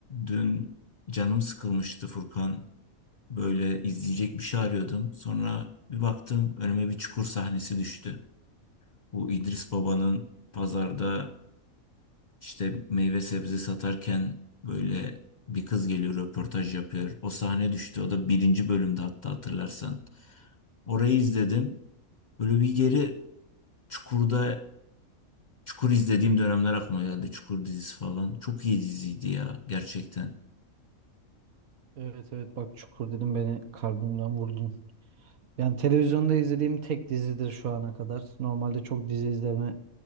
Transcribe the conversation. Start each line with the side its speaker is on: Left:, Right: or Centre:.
Left: Dün canım sıkılmıştı Furkan. Böyle izleyecek bir şey arıyordum. Sonra bir baktım önüme bir çukur sahnesi düştü. Bu İdris Baba'nın pazarda işte meyve sebze satarken böyle bir kız geliyor röportaj yapıyor. O sahne düştü. O da birinci bölümde hatta hatırlarsan. Orayı izledim. Böyle bir geri Çukur'da Çukur izlediğim dönemler aklıma geldi. Çukur dizisi falan. Çok iyi diziydi ya gerçekten.
Right: Evet evet bak Çukur dedim beni kalbimden vurdun. Yani televizyonda izlediğim tek dizidir şu ana kadar. Normalde çok dizi izleme